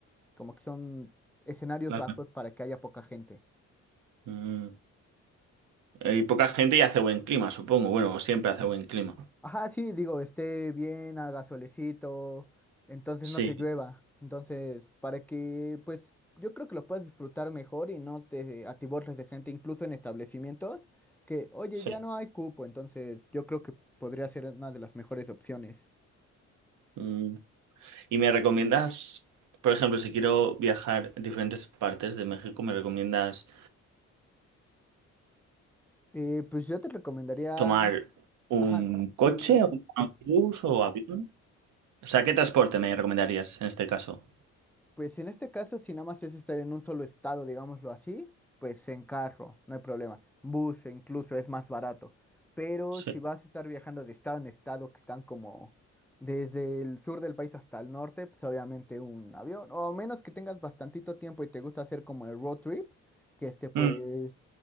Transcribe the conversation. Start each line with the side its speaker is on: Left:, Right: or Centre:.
Centre: como que son escenarios
Right: Las
Centre: bajos
Right: me-
Centre: para que haya poca gente.
Right: Mm, Hay poca gente y hace buen clima, supongo. Bueno, siempre hace buen clima.
Centre: Ajá, sí, digo, esté bien, haga solecito, entonces
Right: Sí,
Centre: no te llueva. Entonces, para que, pues, yo creo que lo puedas disfrutar mejor y no te atiborres de gente, incluso en establecimientos, que, oye,
Right: sí.
Centre: ya no hay cupo, entonces yo creo que podría ser una de las mejores opciones.
Right: Mm, ¿Y me recomiendas, por ejemplo, si quiero viajar a diferentes partes de México, me recomiendas
Centre: Eh, pues yo te recomendaría,
Right: ¿Tomar un
Centre: ajá,
Right: coche,
Centre: dime, dime.
Right: un autobús o avión? O sea, ¿qué transporte me recomendarías en este caso?
Centre: Pues en este caso, si nada más es estar en un solo estado, digámoslo así, pues en carro, no hay problema. Bus incluso es más barato. Pero
Right: Sí.
Centre: si vas a estar viajando de estado en estado, que están como desde el sur del país hasta el norte, pues obviamente un avión. O a menos que tengas bastantito tiempo y te gusta hacer como el road trip, que este pues
Right: Mm,